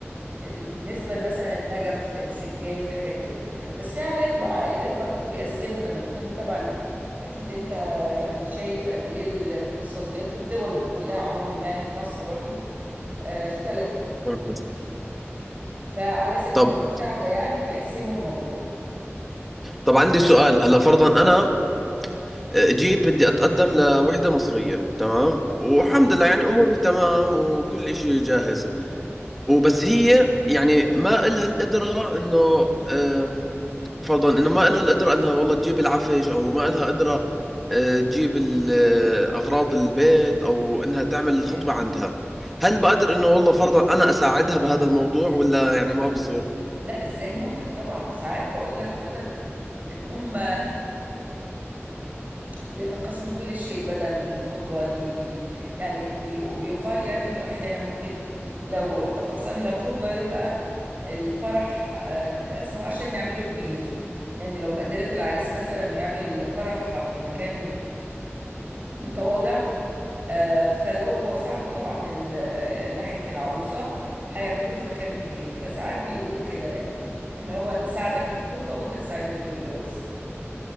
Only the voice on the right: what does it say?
ال- بالنسبة مثلا النجف السجاد حاجات كده بس في عائلات بقى عائلات برضو بيقسموا لما تكون طبعا أكيد أنت يعني شايف قد إيه الاقتصاديات في الدول كلها عموما يعني في مصر برضو آه، اختلفت
فعلى سبيل
المساعدة يعني بيقسموا الموضوع
نعم
تمام
لا ازاي ممكن طبعا ساعات بقول لحضرتك ان هم بيتقاسموا كل شيء بدءا من الخطبة لي لي لي يعني بي وبيقال يعني انه احيانا ممكن لو تقاسمنا الخطبة يبقى الفرح آه، نتقاسمه عشان نعمله كبير يعني لو مقدرة العريس مثلا انه يعمل فرح في مكان متواضع آه، فلو ساعدوا طبعا ال- آه، ناحية العروسة هيعملوه في مكان كبير فساعات بيقولوا كده يعني ان هو نساعدك في الخطبة وانت تساعدنا في الجواز